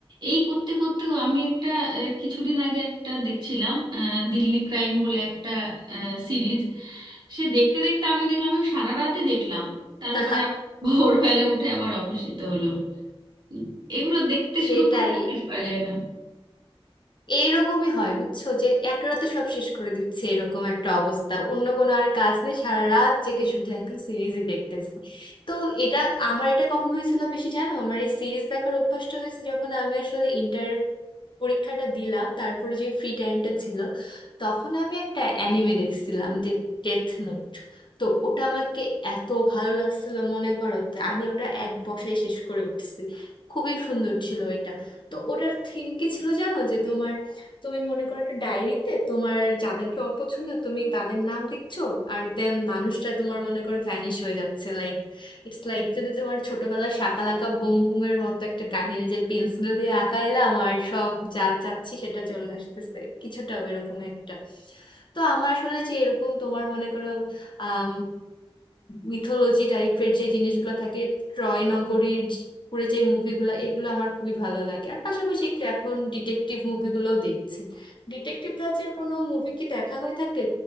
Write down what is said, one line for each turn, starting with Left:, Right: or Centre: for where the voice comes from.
Right: এই করতে করতেও আমি একটা আহ, কিছুদিন আগে একটা দেখছিলাম আহ, দিল্লি ক্রাইম বলে একটা সিরিজ সে দেখতে দেখতে আমি দেখলাম আমি সারা রাতই দেখলাম তারপরে
Left: <laughs>
Right: আবার ভোরবেলা উঠে আবার অফিস যেতে হলো উম, এগুলো দেখতে
Left: সেটাই
Right: শুরু করলে আর শেষ করা যায় না
Left: এইরকমই হয় বুঝছো যে এক রাতে সব শেষ করে দিচ্ছে এরকম একটা অবস্থা অন্য কোনো আর কাজ নেই সারা রাত জেগে শুধু এখন সিরিজই দেখতেছি তো এটা আমার এটা কখন হয়েছিল বেশি জানো আমার এই সিরিজ দেখার অভ্যাসটা হয়েছে যখন আমি আসলে ইন্টার পরীক্ষাটা দিলাম তারপরে যে ফ্রি টাইমটা ছিল তখন আমি একটা অ্যানিমে দেখছিলাম যে ডেথ নোট তো ওটা আমাকে এত ভালো লাগছিল মনে করো যে আমি ওটা এক বসায় শেষ করে উঠছি খুবই সুন্দর ছিল এটা তো ওটার থিম কি ছিল জানো যে তোমার তুমি মনে করো একটা ডায়েরিতে তোমার যাদেরকে অপছন্দ তুমি তাদের নাম লিখছো আর দেন মানুষটা তোমার মনে করো ভ্যানিশ হয়ে যাচ্ছে লাইক ইটস লাইক যদি তোমার ছোটবেলার শাকালাকা বুম বুমের মতো একটা কাহিনী যে পেন্সিল দিয়ে আঁকাইলাম আর সব যা চাচ্ছি সেটা চলে আসতেছে কিছুটা ওইরকম একটা তো আমার আসলে যে এরকম তোমার মনে করো আহ মিথোলজি টাইপের যে জিনিসগুলো থাকে ট্রয় নগরীর উপরে যে মুভিগুলো এগুলো আমার খুবই ভালো লাগে আর পাশাপাশি একটু এখন ডিটেকটিভ মুভিগুলোও দেখছি ডিটেকটিভ ধাঁচের কোনো মুভি কি দেখা হয়ে থাকে